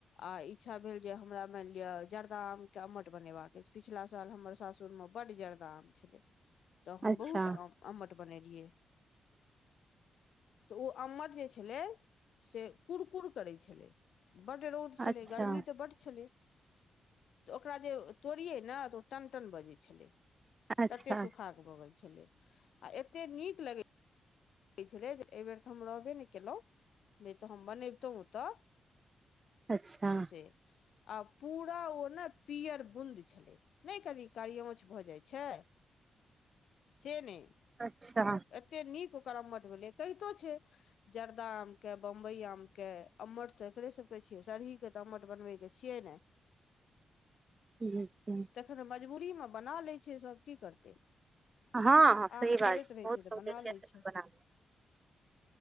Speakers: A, on the left; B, on the right.
A: आ इच्छा भेल जे हमरा मानि लिअ जर्दा आम के आमट बनेबाक अछि पिछला साल हमर सासुर मे बड जर्दा आम छलै तऽ हम
B: अच्छा
A: बहुत आम आमट बनेलियै तऽ ओ अम्मट जे छलै से कुरकुर करै छलै बड्ड रौद छलै
B: अच्छा
A: गर्मी तऽ बड छलै तऽ ओकरा जे तोड़िये ने तऽ ओ टनटन बजै छलै
B: अच्छा
A: तते सुूखा भगेल छलै आ एते नीक लगै कहै छलै जे एहि बेेर तऽ हम रहबे नहि केलहुँ नहि तऽ हम बनैबतहुँ ओतऽ
B: अच्छा
A: से आ पूरा ओ ने पियर बुंद छलै नहि कनि कारी औच भऽ जाइ छै से नहि
B: अच्छा
A: एते नीक ओकर अम्मट भेलै कहितो छै जर्दा आम के बम्बई आम के अम्माठ त सब छिय सरही के तऽ अम्मट बनबै के छियै नै
B: <inaudible> <inaudible>
A: तेखन मजबूरी में बना लै छै सभ की करतै
B: हँ हँ सही
A: आम
B: बात
A: सड़ैत
B: छै
A: रहै
B: बहुत
A: तऽ बना
B: बिय
A: लै छै
B: बना <unintelligible>